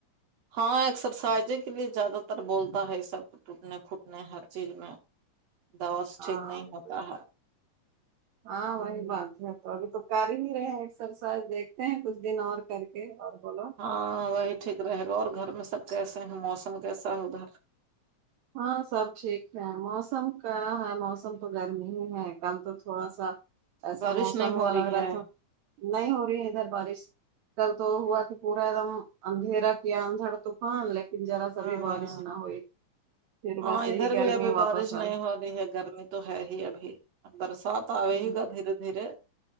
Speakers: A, on the right (about 60°); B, on the right (about 80°).
A: ہاں ایکسرسائزیں کے لیے زیادہ تر بولتا ہے سب ٹوٹنے پھوٹنے ہر چیز میں دوا سے
B: ہاں
A: ٹھیک نہیں ہوتا
B: تو-
A: ہے
B: ہاں
A: ہمم
B: وہی بات ہے تو ابھی تو کر ہی رہے ہیں ایکسرسائز دیکھتے ہیں کچھ دن اور کر کے اور بولو
A: ہاں وہی ٹھیک رہے گا اور گھر میں سب کیسے ہیں موسم کیسا ہے ادھر
B: ہاں سب ٹھیک ہے موسم کا ہے موسم تو گرمی ہی ہے کل تو تھوڑا سا ایسا
A: بارش
B: موسم
A: نہیں
B: ہوا
A: ہو رہی
B: لگ رہا
A: ہے
B: تھا نہیں ہو رہی ادھر بارش کل تو ہوا تو پورا ایک دم اندھیرا کیا اندھڑ طوفان ل کن ذرا سا
A: ہاں
B: بھی بارش نہ ہوئی پھر
A: ہاں
B: ویسے
A: ادھر
B: ہی گرمی
A: بھی ابھی
B: واپس
A: بارش
B: آ
A: نہیں ہو ابھی ہے گرمی تو ہے ہی ابھی برسات اۓ
B: گئی
A: گا دھیرے دھیرے